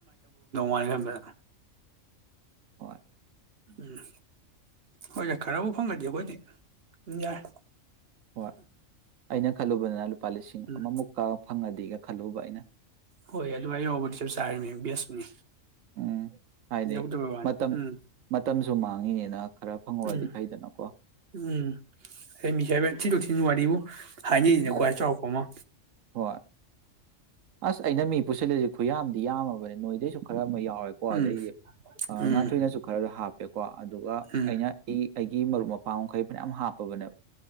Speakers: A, on the right; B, on the right.
A: <unintelligible> <unintelligible>
B: ꯍꯣꯏ
A: ꯎꯝ ꯍꯣꯏꯁꯦ ꯈꯔꯕꯨ ꯐꯪꯒꯗꯤ ꯑꯈꯣꯏꯗꯤ ꯑꯗꯨꯝ ꯌꯥꯏ
B: ꯍꯣꯏ ꯑꯩꯅ ꯈꯜꯂꯨꯕꯗꯅ ꯂꯨꯄꯥ ꯂꯤꯁꯤꯡ
A: ꯎꯝ
B: ꯑꯃꯃꯨꯛꯀ ꯐꯪꯉꯗꯤꯒ ꯈꯜꯂꯨꯕ ꯑꯩꯅ
A: ꯍꯣꯏ ꯑꯗꯨꯋꯥꯏ ꯌꯧꯔꯕꯨꯗꯤ ꯆꯞ ꯆꯔꯤꯃꯤ ꯕꯦꯁꯅꯤ
B: ꯎꯝ ꯍꯥꯏꯗꯤ
A: ꯌꯧꯗꯕꯩꯋꯥꯅꯤ
B: ꯃꯇꯝ
A: ꯎꯝ
B: ꯃꯇꯝꯁꯨ ꯃꯥꯡꯉꯤꯅꯤꯅ ꯈꯔ ꯐꯪꯍꯧꯔꯗꯤ
A: ꯎꯝ
B: ꯐꯩꯗꯅꯀꯣ
A: ꯎꯝ ꯑꯩ ꯃꯤ ꯌꯥꯝ ꯊꯤꯟꯗꫭꯛ ꯊꯤꯟꯖꯤꯟ ꯋꯥꯔꯤꯕꯨ <unintelligible>
B: ꯎꯝ
A: ꯈ꯭ꯋꯥꯏ ꯆꯥꯎꯔꯥꯛꯄ ꯑꯃ
B: ꯍꯣꯏ ꯑꯁ ꯑꯩꯅ ꯃꯤ ꯄꯨꯁꯤꯜꯂꯤꯁꯤ ꯈꯨꯌꯥꯝꯗꯤ ꯌꯥꯝꯃꯕꯅꯤ ꯅꯣꯏꯗꯩꯁꯨ ꯈꯔ ꯑꯃ ꯌꯥꯎꯔꯦꯀꯣ
A: ꯎꯝ
B: ꯑꯗꯩꯗꯤ
A: ꯎꯝ
B: ꯉꯥꯥꯟꯊꯣꯏꯅꯁꯨ ꯈꯔ ꯍꯥꯞ <unintelligible> ꯑꯗꯨꯒ
A: ꯎꯝ
B: ꯑꯩꯅ ꯑꯩ ꯑꯩꯒꯤ ꯃꯔꯨꯞ ꯃꯄꯥꯡ <unintelligible> ꯃꯈꯩ ꯐꯅꯌꯥꯝ ꯍꯥꯞꯄꯕꯅꯦꯕ